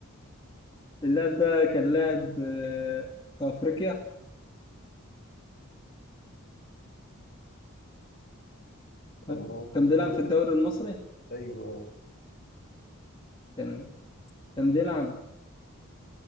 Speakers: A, on the left; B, on the left.
A: اللاعب ده كان لاعب آه، في أفريقيا تمام.
B: اه
A: كان بيلعب
B: أيوه
A: في الدوري المصري
B: أيوه اه
A: تمام كان بيلعب